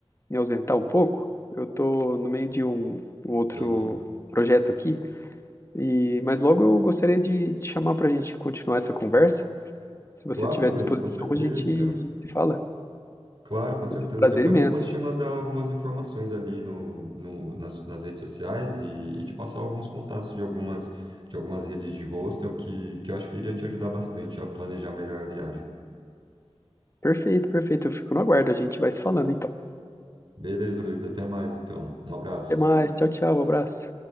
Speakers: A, on the left; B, on the right.
A: me ausentar um pouco. Eu tô no meio de um, um outro
B: Aham.
A: projeto aqui e mas logo eu gostaria de te chamar para a gente continuar essa conversa. Se você
B: Claro,
A: tiver disposição,
B: Luiz, com certeza,
A: a gente
B: cara.
A: se fala.
B: Claro, com certeza.
A: Vai ser um prazer
B: Depois
A: imenso.
B: eu posso te mandar algumas informações ali no, no, nas, nas redes sociais e, e te passar alguns contatos de algumas, de algumas redes de hostel que, que eu acho que iria te ajudar bastante a planejar melhor a viagem.
A: Perfeito, perfeito. Eu fico no aguardo. A gente vai se falando então.
B: Beleza, Luiz, até mais então. Um abraço.
A: Até mais. Tchau, tchau. Um abraço.